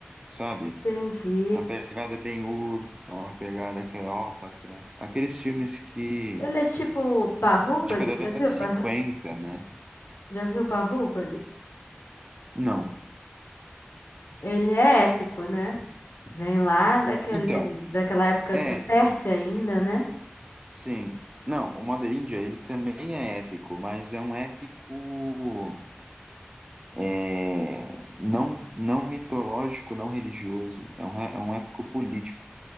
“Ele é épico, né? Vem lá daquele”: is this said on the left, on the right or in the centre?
Left